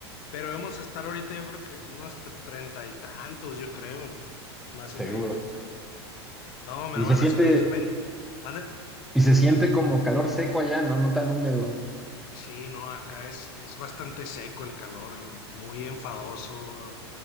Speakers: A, on the left (about 55°); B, in the centre.
A: pero debemos estar ahorita, yo creo que unos t- treinta y tantos, yo creo, ¿no? Más o
B: Seguro.
A: menos por ahí. No, mi
B: Y
A: hermano,
B: se siente,
A: si me dices 20, mande.
B: y se siente como calor seco allá, ¿no? No tan húmedo.
A: Sí, no, acá es, es bastante seco el calor, muy enfadoso.